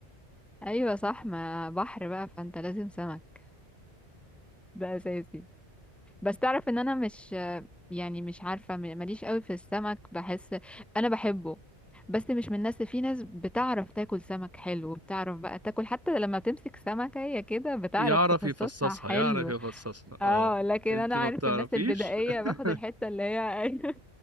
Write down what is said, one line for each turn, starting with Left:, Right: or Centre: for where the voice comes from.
Centre: ايوه صح ما بحر بقى فانت لازم سمك ده اساسي بس تعرف ان انا مش يعني مش عارفه م- ماليش قوي في السمك بحس انا بحبه بس مش من الناس في ناس بتعرف تاكل سمك حلو بتعرف بقى تاكل حتى لما بتمسك سمكه هي كده بتعرف
Right: يعرف
Centre: تفصصها
Right: يفصصها
Centre: حلو
Right: يعرف يفصصها
Centre: اه
Right: اه
Centre: لكن
Right: انت
Centre: انا عارف
Right: ما بتعرفيش
Centre: الناس البدائيه
Right: <laughs>
Centre: باخد الحته اللي هي <laughs>